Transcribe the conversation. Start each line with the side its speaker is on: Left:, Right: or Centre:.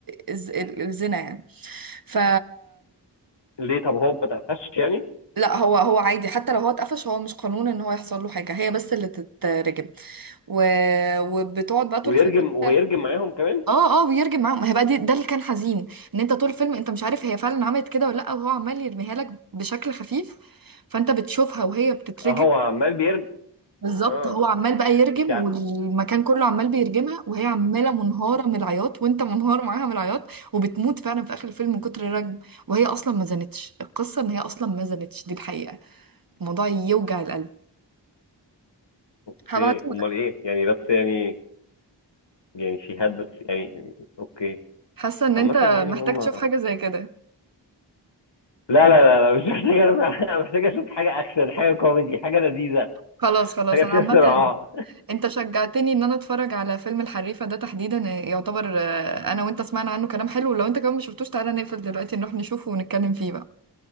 Right: الز- الزنا يعني ف
Left: ليه طب هو ما تقفش يعني
Right: لا هو هو عادي حتى لو هو اتقفش هو مش قانون ان هو يحصل له حاجه هي بس اللي تترجم و... وبتقعد بقى طول
Left: ويرجم
Right: الفيلم
Left: ويرجم
Right: انت-
Left: معاهم كمان
Right: اه اه ويرجم معاهم ما هي بقى دي ده اللي كان حزين ان انت طول الفيلم انت مش عارف هي فعلا عملت كده ولا لا وهو عمال يرميها لك بشكل خفيف فانت بتشوفها وهي بتترجم
Left: اه هو عمال بيرجم
Right: بالظبط
Left: اه
Right: هو عمال بقى يرجم
Left: انت ع...
Right: والمكان كله عمال بيرجمها وهي عماله منهاره من العياط وانت منهار معاها من العياط وبتموت فعلا في اخر الفيلم من كتر الرجم وهي اصلا ما زنتش القصه ان هي اصلا ما زنتش دي الحقيقه الموضوع يوجع القلب
Left: اوكي
Right: هبعتهولك
Left: امال ايه يعني بس يعني يعني شهاد بس يعني اوكي
Right: حاسه ان
Left: عامة
Right: انت
Left: يعني
Right: محتاج
Left: هم
Right: تشوف حاجه زي كده
Left: لا لا لا, لا مش محتاج انا أنا محتاج اشوف حاجه اكشن حاجه كوميدي حاجه لذيذه
Right: خلاص خلاص
Left: حاجه فيها
Right: انا عامه
Left: صراع
Right: انت شجعتني ان انا اتفرج على فيلم الحريفه ده تحديدا يعتبر آه، انا وانت سمعنا عنه كلام حلو لو انت كمان ما شفتوش تعالى نقفل دلوقتي نروح نشوفه ونتكلم فيه بقى